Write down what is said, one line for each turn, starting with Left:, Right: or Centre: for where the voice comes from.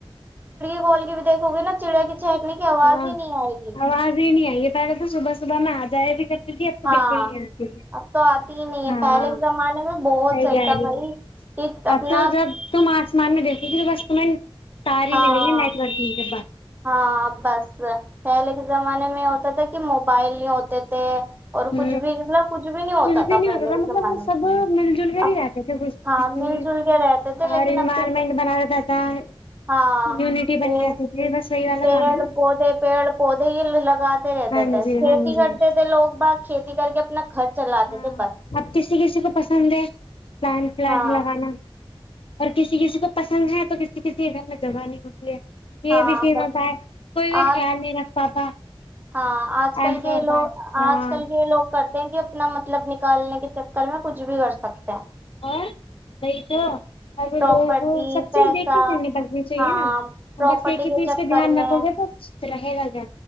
Right: گول کے بھی دھو گے نا چڑیا کی چہکنے کی آواز
Left: ہاں
Right: ہی نہیں آئے گی
Left: آواز ہی نہیں آئ گ ہے پہلے تو صبح صبح میں آ ج بھی ک اب تو
Right: ہاں
Left: بالکل نہیں آتی
Right: اب تو آتی ہی نہیں ہے
Left: ہاں
Right: پہلے کے زمانے میں بہت
Left: صحی
Right: صحیح
Left: ہے
Right: تھا بھائی کہ
Left: اب
Right: اپنا
Left: تو جب تم آسمان میں دیکھتی تھی تو بس ت ساری
Right: ہاں
Left: ملیں گی نیٹ ورکنگ کے بع
Right: ہاں بس پہلے کے زمانے میں ہوتا تھا کہ موبائل نہیں ہوتے تھے اور
Left: ہ
Right: کچھ بھی مطلب کچھ بھی نہیں ہوتا
Left: کچھ بھی نہیں
Right: پہلے
Left: ہوتا تھا
Right: کے
Left: مطلب
Right: زمانے میں
Left: سب مل جل کر ہی
Right: اب
Left: رہتے تھے خش
Right: ہاں
Left: اور
Right: مل جل کے رہتے تھے لیکن
Left: انوائرمنٹ
Right: اب کے
Left: بنا رہتا تھامیونٹی
Right: ہاں پے-
Left: بنی رہتی تھی بس وہی والا
Right: پیڑ
Left: کام ہے نا
Right: پوڑے پیڑ پوڑے دی لگات رہتا
Left: ہاں جی
Right: کھیتی
Left: ہاں جی
Right: کرتے تھے لوگ با کھیتی کر کے اپنا گھر چلاتے
Left: ہاں
Right: تھے بس
Left: آپ کسی کسی کو پسند ہے پلان پلاز
Right: ہاں
Left: لگانا اور کسی کسی کو پسند ہے تو کسی کسی کے گھر میں دوگا نہیں ہوتی ہے یہ
Right: ہاں
Left: بھی چمتا
Right: بس
Left: ہے کوئی بھی
Right: آج
Left: خیال نہیں رکھ پاتا
Right: ہاں آج کل
Left: ایسا
Right: کے
Left: ہوتا
Right: لوگ
Left: ہے ہاں
Right: آج کل کے لوگ کرتے ہیں کہ نم مطلب نکالنے کے چکر میں کچھ بھی کر سکتے ہیں
Left: اور وہی تو اب
Right: پراپرٹی
Left: لوگوں کو سب
Right: پیسہ
Left: چیز دیکھ کر چلنی پڑنی چاہیے
Right: ہاں
Left: نا
Right: پراپرٹی
Left: بس ایک ہی
Right: کے
Left: چیز
Right: چکر
Left: پہ دھیان رکھو
Right: میں
Left: گے تو رہے گا کیا